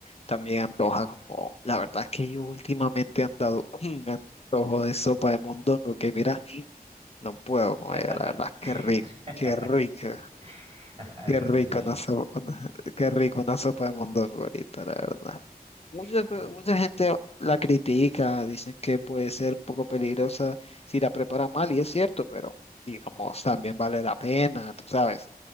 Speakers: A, on the left; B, on the right.
A: también antoja como, la verdad que yo últimamente he andado <clears throat> un antojo de sopa de mondongo que mira, no puedo
B: <laughs>
A: con ella, la verdad, qué rico, qué rico.
B: <laughs> Sí,
A: Qué rico una sopa, <laughs> qué rico una sopa de mondongo ahorita, la verdad. Mucha,
B: sí.
A: pe- mucha gente la critica, dicen que puede ser un poco peligrosa si la preparan mal, y es cierto, pero digamos, también vale la pena, tú sabes.